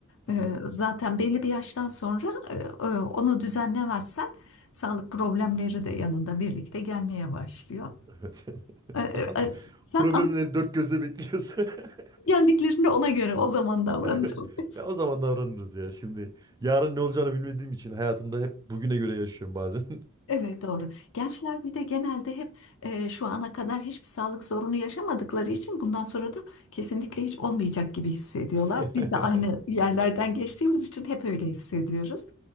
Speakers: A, on the right (about 15°); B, on the left (about 65°).
A: Hani
B: E, zaten belli bir yaştan sonra e, e, onu düzenlemezsen sağlık problemleri de yanında birlikte gelmeye başlıyor.
A: evet. <laughs>
B: E,
A: Bakalım.
B: e, e, sen
A: Problemleri dört gözle bekliyorsun. <laughs>
B: Geldiklerinde ona göre o zaman davranacağım
A: Aynen.
B: diyorsun.
A: Ya o zaman davranırız ya. Şimdi yarın ne olacağını bilmediğim için hayatımda hep bugüne göre yaşıyorum bazen.
B: Evet doğru. Gençler bir de genelde hep e, şu ana kadar hiçbir sağlık sorunu yaşamadıkları için bundan sonra da kesinlikle hiç olmayacak gibi hissediyorlar.
A: <laughs>
B: Biz de aynı yerlerden geçtiğimiz için hep öyle hissediyoruz.